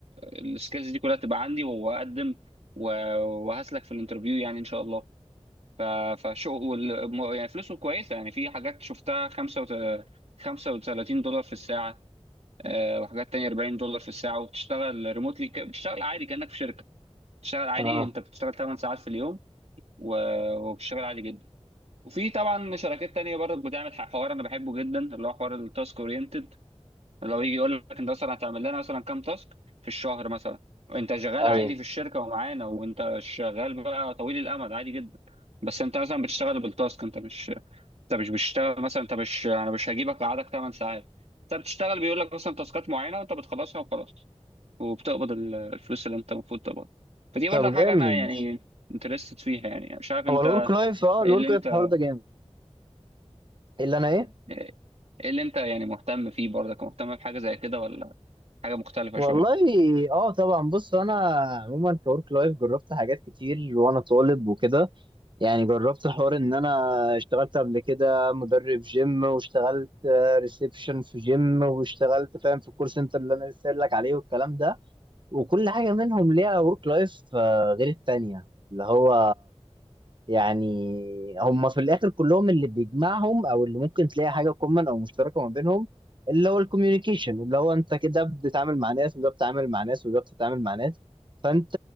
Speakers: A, on the right; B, on the right.
A: السكيلز دي كلها تبقى عندي واقدم و- وهسلك في الانترفيو يعني ان شاء الله ف- فشو وال- م- يعني فلوسه كويسة يعني في حاجات شفتها خمسة وت- 35 دولار في الساعة آه، وحاجات تانية 40 دولار في الساعة وبتشتغل ريموتلي بتشتغل عادي كأنك في شركة بتشتغل عادي
B: اه
A: انت بتشتغل 8 ساعات في اليوم و- وبتشتغل عادي جدا وفي طبعا شركات تانية برضه بتعمل ح- حوار انا بحبه جدا اللي هو حوار التاسك اورينتد اللي هو يجي يقول لك انت مثلا هتعمل لنا مثلا كام تاسك في الشهر مثلا وانت شغال
B: ايوه
A: عادي في الشركة ومعانا وانت شغال بقى طويل الامد عادي جدا بس انت مثلا بتشتغل بالتاسك انت مش انت مش بتشتغل مثلا انت مش انا مش هجيبك اقعدك 8 ساعات انت بتشتغل بيقول لك مثلا تاسكات معينه وانت بتخلصها وخلاص وبتقبض ال- الفلوس اللي انت المفروض تقبض فدي برضه
B: طب
A: حاجه
B: جامد
A: انا يعني انترستد فيها يعني مش عارف انت
B: هو الورك لايف اه الورك
A: ايه اللي انت
B: لايف الحوار ده جامد اللي انا ايه
A: ايه اللي انت يعني مهتم فيه برضك مهتم بحاجه زي كده ولا حاجه مختلفه
B: والله
A: شويه
B: اه طبعا بص انا عموما كورك لايف جربت حاجات كتير وانا طالب وكده يعني جربت حوار ان انا اشتغلت قبل كده مدرب جيم واشتغلت ريسبشن في جيم واشتغلت فاهم في الكول سنتر اللي انا لسه قايل لك عليه والكلام ده وكل حاجة منهم ليها ورك لايف غير التانية اللي هو يعني هم في الآخر كلهم اللي بيجمعهم أو اللي ممكن تلاقي حاجة كومن أو مشتركة ما بينهم اللي هو الكوميونيكيشن اللي هو أنت كده بتتعامل مع ناس وده بتتعامل مع ناس وده بتتعامل مع ناس فأنت